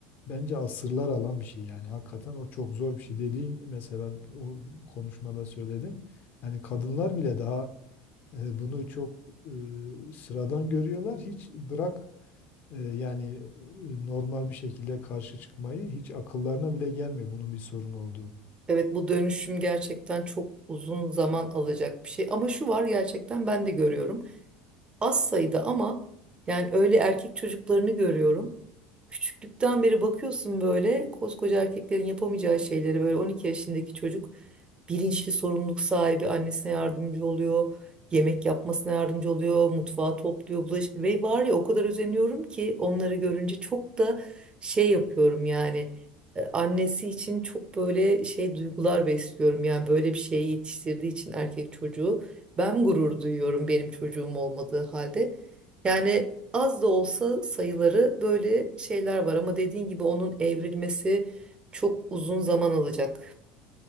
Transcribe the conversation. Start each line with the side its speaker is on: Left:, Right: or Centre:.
Left: bence asırlar alan bir şey yani. Hakikaten o çok zor bir şey. Dediğin mesela o konuşmada söyledin. Yani kadınlar bile daha e, bunu çok e, sıradan görüyorlar. Hiç bırak e, yani e, normal bir şekilde karşı çıkmayı hiç akıllarına bile gelmiyor bunun bir sorun olduğu.
Right: Evet bu dönüşüm gerçekten çok uzun zaman alacak bir şey ama şu var gerçekten ben de görüyorum. Az sayıda ama yani öyle erkek çocuklarını görüyorum. Küçüklükten beri bakıyorsun böyle koskoca erkeklerin yapamayacağı şeyleri böyle 12 yaşındaki çocuk bilinçli sorumluluk sahibi annesine yardımcı oluyor. Yemek yapmasına yardımcı oluyor, mutfağı topluyor, bulaş ve var ya o kadar özeniyorum ki onları görünce çok da şey yapıyorum yani e, annesi için çok böyle şey duygular besliyorum yani böyle bir şeyi yetiştirdiği için erkek çocuğu ben gurur duyuyorum benim çocuğum olmadığı halde. Yani az da olsa sayıları böyle şeyler var ama dediğin gibi onun evrilmesi çok uzun zaman alacak.